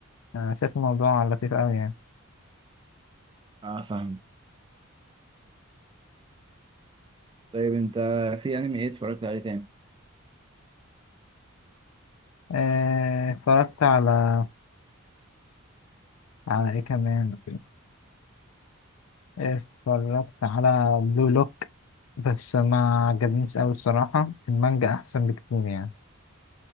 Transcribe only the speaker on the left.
أنا شايف الموضوع لطيف أوي يعني
آه، اتفرجت على على إيه كمان اتفرجت على بلو لوك بس ما عجبنيش أوي الصراحة المانجا أحسن بكتير يعني